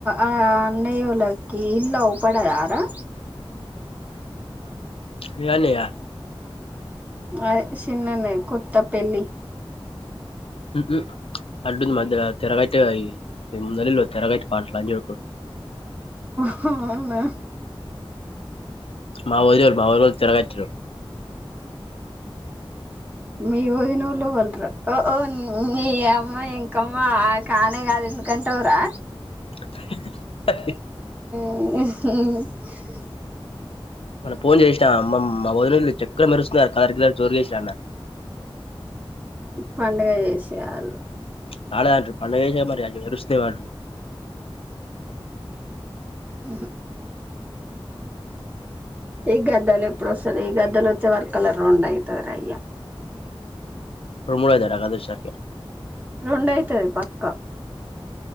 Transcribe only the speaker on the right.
ఆ అన్నయ్యలకి ఇల్లు అవ పడదారా
అ చిన్ననే కొత్తపెళ్లి
అ
మీ ఊదినఊళ్ళవలరా ఓఓ మీ అమ్మ ఇంకమ్మా కానే కాదు ఎందుకంటేవరా
<unintelligible>
పడుగ చేసేవాళ్ళు
అహ ఈ గద్దలు ఎప్పుడు వస్తంది ఈ గద్దలు వచ్చే వర్కలర్ రెం అవుతారు అయ్యా
రెండయితుది పక్కా